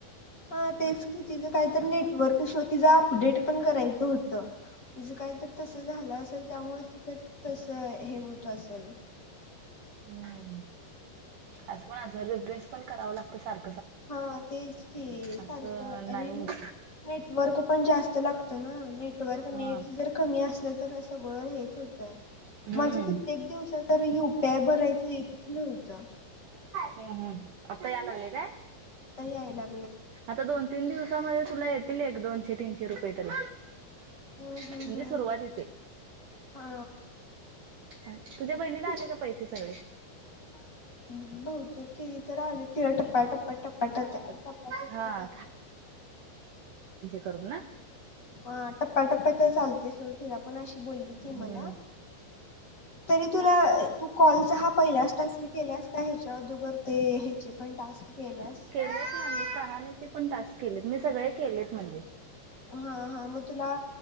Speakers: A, on the left; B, on the right.
A: हा तेच कि तिचं काहीतर नेटवर्क ईशू तिच अपडेट पण करायचं होतं. तिचं काहीतर तस झालं असेल त्यामुळे तिच तस हे होत असेल.
B: हम्म असं पण असलं रिफ्रेश पण करांव लागतं सारं
A: हा तेच की
B: असं
A: सारखं
B: नाही
A: आणि
B: होत
A: नेटवर्क पण जास्त लागत ना नेटवर्क
B: हा
A: नेट जर कमी असलं तर सगळं हेच हो
B: हम्म
A: माझ कित्येक दिवस तर युपीआय भरायचं येतच नव्हतं.
B: हम् हम आता यायला लागलय काय?
A: यायला
B: आता दोन तीन दिवसामध्ये तुला येतील एक दोनशे तीनशे रुपये तरी.
A: हम्म
B: म्हणजे
A: हम्म हम्
B: सुरुवातीचे
A: हा.
B: ह तुझ्या बहिणीला
A: तुला
B: आले का पैसे सगळे?
A: <unintelligible> चुकी त तररा रती रट पट पट पटाट आली
B: हा करू ना?
A: हा टप्या टप्प्या तर चालते सोड तिला पण अशी बोलली ती
B: हम्म
A: मला. तरी तुला तू कॉलचा हा पहिलाच टास्क केल्यास का ह्याच्या अदोर ते ह्याचे पण टास्क केल्यास
B: केलेच नाही म चहाण्याचे पण टास्क केलेत मी सगळे केलेत म्हणजे.
A: हा हा मग तुला